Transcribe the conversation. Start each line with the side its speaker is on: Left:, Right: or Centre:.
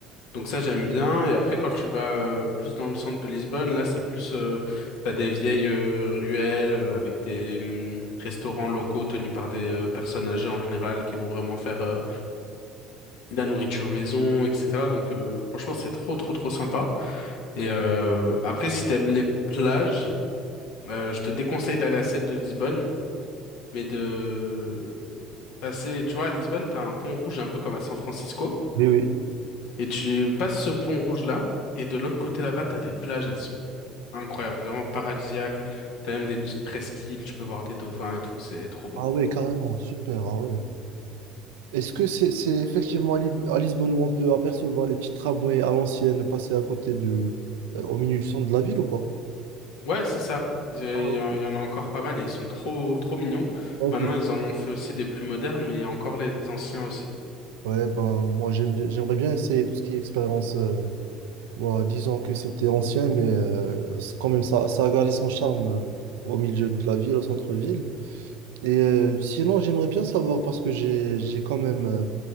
Left: Donc ça j'aime bien et après quand tu vas euh, plus dans le centre de Lisbonne là c'est plus euh, t'as des vieilles euh, ruelles euh, avec des hum, restaurants locaux tenus par des euh, personnes âgées en général qui vont vraiment faire euh, de la nourriture maison etc donc euh, franchement c'est trop trop trop sympa et euh, après si t'aimes les plages euh, je te déconseille d'aller à celle de Lisbonne mais de passer tu vois à Lisbonne t'as un pont rouge un peu comme à San Francisco
Right: Oui, oui.
Left: et tu passes ce pont rouge là et de l'autre côté là-bas, t'as des plages, elles sont Incroyable, vraiment paradisiaque. T'as même des petites presqu'îles, tu peux voir des dauphins et tout, c'est trop beau.
Right: Ah ouais, carrément, super. Ah ouais. Est-ce que c'est c'est effectivement à, Liv- à Lisbonne où on peut apercevoir les petits tramways à l'ancienne passer à côté du, euh, au milieu du centre de la ville ou pas?
Left: Ouais, c'est ça. Il y a-
Right: Ah,
Left: il
Right: ok.
Left: y en il y en a encore pas mal et ils sont trop, trop mignons.
Right: Ouais,
Left: Maintenant,
Right: c'est-
Left: ils en ont fait aussi des plus modernes, mais il y a encore les anciens aussi.
Right: ouais, ben, moi j'aime bien- j'aimerais bien essayer tout ce qui est expérience. euh, bon, disons que c'était ancien, mais euh, c'est quand même ça, ça a gardé son charme euh, au milieu de la ville, au centre-ville. Et euh, sinon, j'aimerais bien savoir parce que j'ai j'ai quand même euh,